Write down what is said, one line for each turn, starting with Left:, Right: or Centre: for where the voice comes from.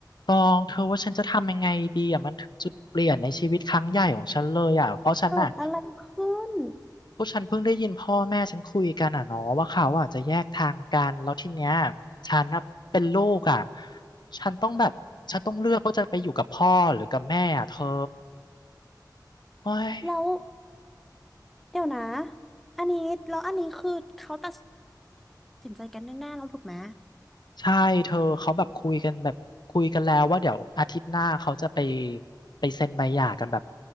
Left: ตองเธอว่าฉันจะทำยังไงดีอ่ะมันถึงจุดเปลี่ยนในชีวิตครั้งใหญ่ของฉันเลยอ่ะเพราะฉันน่ะ
Centre: เกิดอะไรขึ้น
Left: ก็ฉันเพิ่งได้ยินพ่อแม่ฉันคุยกันอ่ะเนาะว่าเขาอ่ะจะแยกทางกันแล้วทีเนี้ยฉันน่ะเป็นลูกอ่ะฉันต้องแบบฉันต้องเลือกว่าจะไปอยู่กับพ่อหรือกับแม่อ่ะเธอโอ้ย
Centre: แล้วเดี๋ยวนะอันนี้แล้วอันนี้คือเขาตัดสินใจกันแน่ๆแล้วถูกไหม
Left: ใช่เธอเขาแบบคุยกันแบบคุยกันแล้วว่าเดี๋ยวอาทิตย์หน้าเขาจะไปไปเซ็นใบหย่ากันแบบ